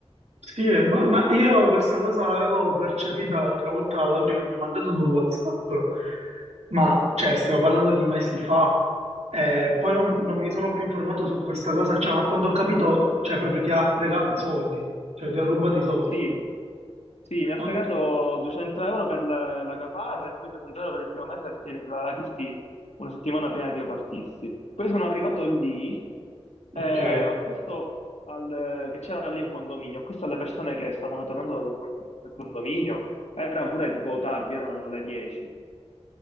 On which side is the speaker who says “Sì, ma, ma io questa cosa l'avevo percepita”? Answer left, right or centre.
Right